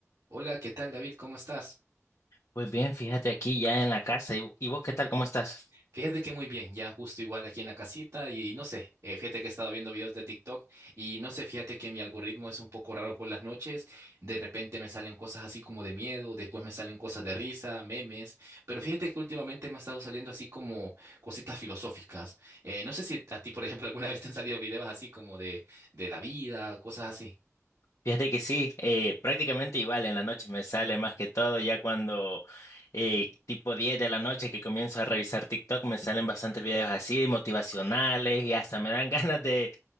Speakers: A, on the right; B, on the left.
A: Hola, ¿qué tal, David? ¿Cómo estás?
B: Pues bien, fíjate aquí ya en la casa. ¿Y, y vos qué tal? ¿Cómo estás?
A: Fíjate que muy bien, ya justo igual aquí en la casita y no sé, eh, fíjate que he estado viendo videos de TikTok y no sé, fíjate que mi algoritmo es un poco raro por las noches, de repente me salen cosas así como de miedo, después me salen cosas de risa, memes, pero fíjate que últimamente me ha estado saliendo así como cositas filosóficas. Eh, no sé si a ti, por ejemplo, alguna <laughs> vez te han salido videos así como de, de la vida, cosas así.
B: Fíjate que sí, eh, prácticamente igual en la noche me sale más que todo, ya cuando eh, tipo 10 de la noche que comienzo a revisar TikTok me salen bastantes videos así, motivacionales y hasta me dan <laughs> ganas de